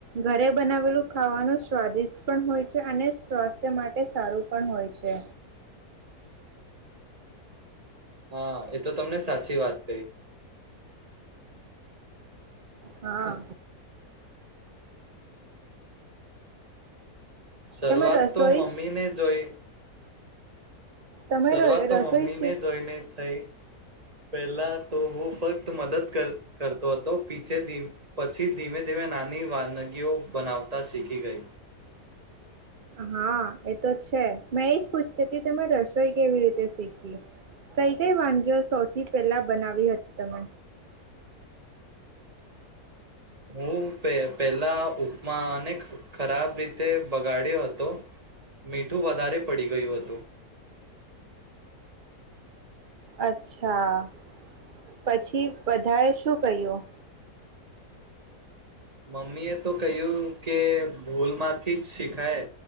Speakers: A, on the right; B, on the right.
A: ઘરે બનાવેલું ખાવાનું સ્વાદિષ્ટ પણ હોય છે, અને સ્વાસ્થ્ય માટે સારું પણ હોય છે.
B: હા એ તો તમે સાચી વાત કહીં.
A: હા.
B: શરૂઆત
A: તમે રસોઈ
B: તો મમ્મીને જોઈ
A: તમે
B: શરૂઆત તો
A: રસોઈ
B: મમ્મી
A: શીખ
B: ને જોઈને થઈ. પેલા તો હું ફક્ત મદદ કર કરતો હતો પીછેથી. પછી ધીમે ધીમે નાની ની વાનગીઓ બનાવતા શીખી ગઈ.
A: હા એ તો છે. મેં એજ પૂછતી તી તમે રસોઈ કેવી રીતે શીખી, કઈ-કઈ વાનગીઓ સૌથી પહેલા બનાવી હતી તમે?
B: હું પે પેલા ઉપમાને ખરાબ રીતે બગાડ્યો હતો, મીઠું વધારે પડી ગયું હતું.
A: અચ્છા. પછી બધાએ શું કહ્યું?
B: મમ્મી એ તો કહ્યું કે ભૂલમાંથી જ શીખાય,